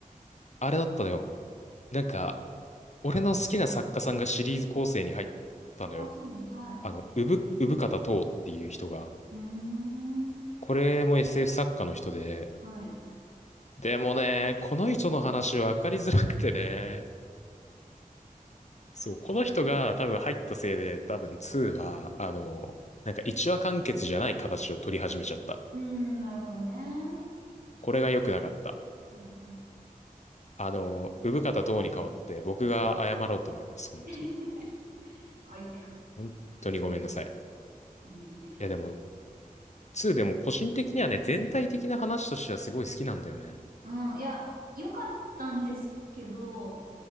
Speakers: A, on the left; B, on the right.
A: あれだったのよ。なんか、俺の好きな作家さんがシリーズ構成に入ったのよ。
B: あ、そうなんだ、はい。
A: あの、産、産方とうっていう人が。
B: うーん。
A: これも SF 作家の人で。
B: はい。
A: でもね、この人の話分かりづらくてね。そう、この人が多分入ったせいで、多分2は、あの、なんか一話完結じゃない形を取り始めちゃった。
B: うーん、なるほどね。
A: これが良くなかった。
B: はいはい。
A: あの、産方とうに代わって僕が謝ろうと思います。本当に。
B: <laughs> はい。
A: 本当にごめんなさい。
B: いえいえ。
A: いやでも、2でも個人的にはね、全体的な話としてはすごい好きなんだよね。
B: うん、いや、良かったんですけど、